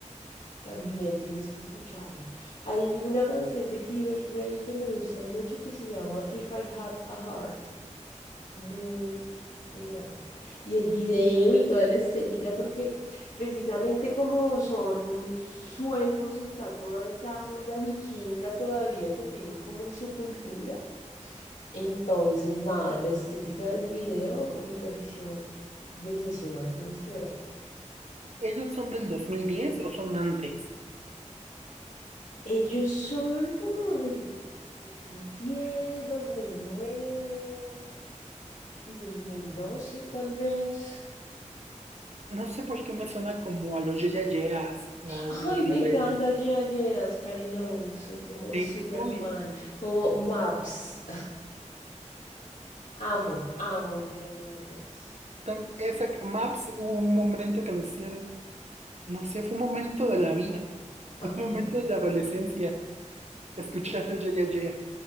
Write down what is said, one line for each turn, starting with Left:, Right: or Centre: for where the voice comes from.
Left: También tienes que escucharla. Hay una canción de Fever Ray que me gusta mucho que se llama If I Had a Heart. Muy genial. Y el video y toda la estética, porque precisamente como son suecos, está toda esa onda vikinga todavía que tienen como en su cultura. Entonces, nada, la estética del video me pareció bellísima, tienes que verla.
Right: ¿Ellos son del dos mil diez o son antes?
Left: Ellos son como del 2010, 2009, sí, 2012 tal vez.
Right: No sé por qué me suena como a los Yeya Yeas o
Left: Ay,
Right: los Silverio.
Left: me encanta Yeah Yeahs, Karen O, soy como
Right: Sí,
Left: súper
Right: uy,
Left: fan, como Maps. Amo, amo Yeah Yeah Yeahs.
Right: tam- esa, Maps hubo un momento que nos hacían, no sé, fue un momento de la vida, <laughs>
Left: Ajá,
Right: un momento de la adolescencia, escucharlo
Left: to-
Right: ya, ya, ya.